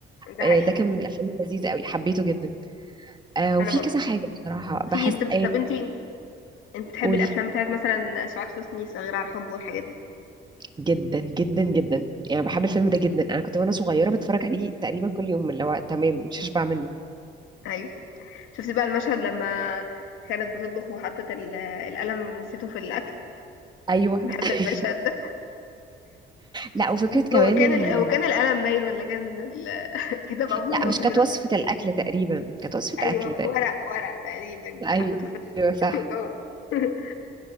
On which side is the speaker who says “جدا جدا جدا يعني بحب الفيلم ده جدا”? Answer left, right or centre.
Right